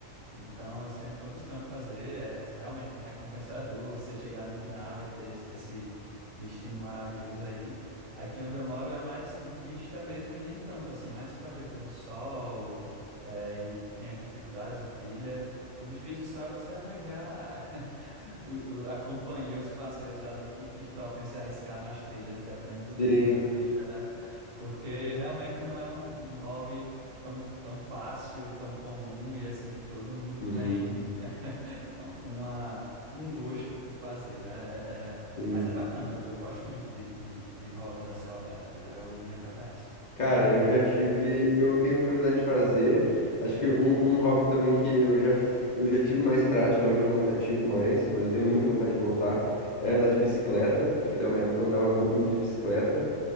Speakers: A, on the right (about 80°); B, on the left (about 65°).
A: Então, eu sempre estou buscando fazer, é, é realmente recompensador <laughs> você chegar no final e ter esse esse destino maravilhoso aí. Aqui onde eu moro é mais de vista mesmo e nem tanto assim, mais para ver pôr do sol, é, e tem as dificuldades da trilha. O difícil só é você arranjar <laughs> o- o- a companhia, os parceiros ali que, que topem se arriscar nas trilhas, dependendo do nível
B: Sim,
A: da trilha, né? Porque realmente não é um um hobby tão, tão fácil, tão comum e assim que todo mundo
B: uhum,
A: tem <laughs> uma, um gosto por fazer, né? É- é-
B: sim.
A: mas é bacana, eu, eu gosto muito de, de, de hobbies a céu aberto, é o, minha preferência.
B: Cara, eu já tive. Eu tenho curiosidade de fazer. Acho que um, um hobby também que eu já, f- eu já tive mais prática, hoje eu não pratico mais, mas eu tenho muita vontade de voltar. É andar de bicicleta. Tipo, tem uma época que eu andava muito, muito de bicicleta.